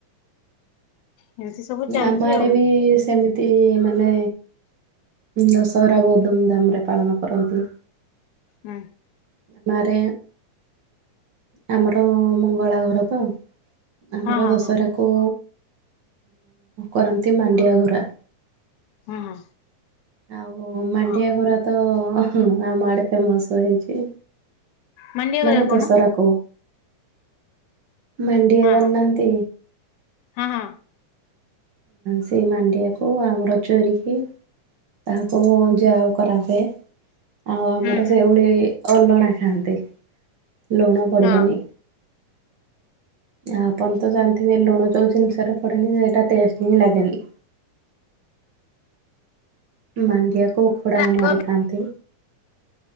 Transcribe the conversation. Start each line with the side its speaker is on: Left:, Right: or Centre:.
Left: ଏମିତି ସବୁ ଚାଲିଛି
Right: ଆମ ଆଡ଼େ
Left: ଆଉ ହୁଁ
Right: ବି ସେ ସେମିତି ମାନେ ଦଶହରା ବହୁତ ଧୁମ୍‌ଧାମରେ ପାଳନ କରନ୍ତି।
Left: ହୁଁ।
Right: ଗାଁରେ ଆମର ମଙ୍ଗଳା ଘର ତ। ଆମର
Left: ହଁ
Right: ଦଶହରାକୁ
Left: ହଁ
Right: କରନ୍ତି ମାଣ୍ଡିଆ ଗୁରା।
Left: ହଁ।
Right: ଆଉ ମାଣ୍ଡିଆ
Left: ଅ
Right: ଘୁରା ତ ଆମ ଆଡ଼େ ଫେମସ୍ ହେଇଛି।
Left: ମାଣ୍ଡିଆ ଗରା
Right: ମାନେ
Left: କଣ
Right: ଦଶହରାକୁ ମାଣ୍ଡିଆ
Left: ହଁ
Right: ଜାଣି
Left: ହଁ
Right: ନାହାନ୍ତି।
Left: ହଁ ହଁ।
Right: ସେଇ ମାଣ୍ଡିଆକୁ ଆମର ଚୋରିକି ତାହାକୁ ଯାଉ କରାହୁଏ ଆଉ ଆମର
Left: ହୁଁ ହୁଁ
Right: ସେଇଭଳି ଅଲଣା ଖାଆନ୍ତି ଲୁଣ ପଡ଼ିବନି।
Left: ହଁ
Right: ଆପଣ ତ ଜାଣିଥିବେ ଲୁଣ ଯେଉଁ ଜିନିଷରେ ପଡ଼େନି ସେଟା ଟେଷ୍ଟ ହିଁ ଲାଗେନି। ମାଣ୍ଡିଆକୁ ଉଖୁଡ଼ା
Left: ରାଗ
Right: ଆମ ଆଡ଼େ ଖାଆନ୍ତି।